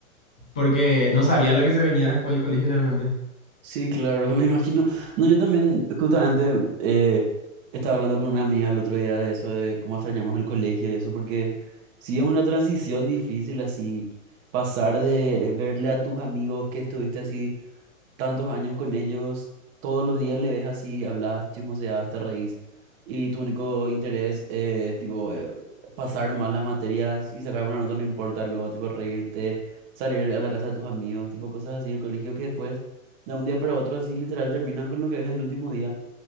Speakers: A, in the centre; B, on the right (about 30°).
A: Porque no sabía lo que se venía después del colegio realmente.
B: Sí, claro, <laughs> me imagino. No, yo también, justamente, eh, estaba hablando con una amiga el otro día de eso, de cómo extrañamos el colegio y eso, porque sí es una transición difícil así, pasar de verle a tus amigos que estuviste así. tantos años con ellos, todos los días le ves así, hablas, chismoseas, te reís, y tu único interés es tipo eh, pasar nomás las materias y sacar buena nota, no importa lo, tipo reírte, salir a la casa de tus amigos, tipo cosas así, el colegio que después, de un día para otro, así literal terminan con lo que es el último día